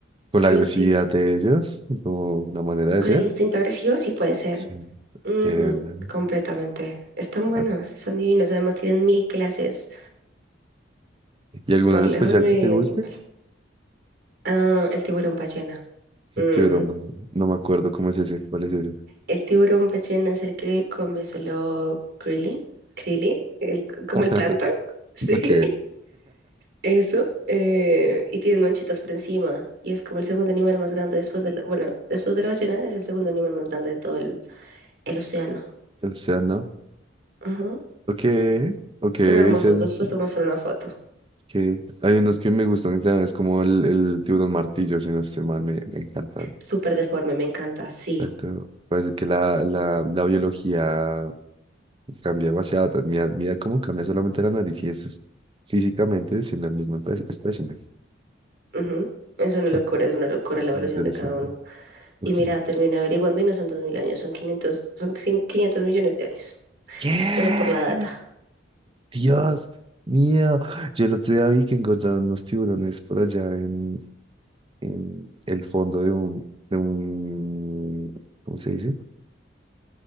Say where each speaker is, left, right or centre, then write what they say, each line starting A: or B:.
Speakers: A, on the right; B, on the right.
A: con la
B: con
A: agresividad
B: los tiburones.
A: de ellos, como la manera de
B: Con
A: ser.
B: el instinto agresivo, sí puede ser.
A: Sí,
B: Ujú,
A: de verdad.
B: completamente. Están buenos,
A: Ah,
B: son divinos. Además, tienen mil clases.
A: ¿Y alguna
B: Por
A: en especial
B: lejos, mi
A: que te guste?
B: animal. Ah, el tiburón ballena.
A: El
B: Ujú.
A: tiburón, marino. no me acuerdo cómo es ese, cuál es ese.
B: El tiburón ballena es el que come solo krillin, krillin, el- como
A: <laughs>
B: el plancton. <laughs> Sí,
A: Ok,
B: eso. eh, y tiene manchitas por encima. Y es como el segundo animal más grande después del, bueno, después de la ballena es el segundo animal más grande de todo el, el océano.
A: o sea, no.
B: Ujú.
A: Ok, ok,
B: Son
A: sí,
B: hermosos.
A: sí,
B: Después
A: sí.
B: te muestro una foto.
A: que hay unos que me gustan, ¿sabes? Como el, el tiburón martillo, si no estoy mal, me, me encantan.
B: Súper deforme, me encanta. Sí.
A: Exacto. Parece que la, la, la biología cambia demasiado. ta- Mira, mira cómo cambia solamente la nariz y eso es físicamente siendo el mismo espe- espécimen.
B: Ujú. Es una locura,
A: Ok,
B: es una locura la evolución
A: interesante.
B: de cada uno.
A: Ok.
B: Y mira, terminé averiguando y no son 2.000 años, son 500 son cin- 500 millones de años.
A: ¿Qué?
B: solo por la data.
A: Dios mío. Yo el otro día vi que encontraron unos tiburones por allá en, en el fondo de un, de un, ¿cómo se dice?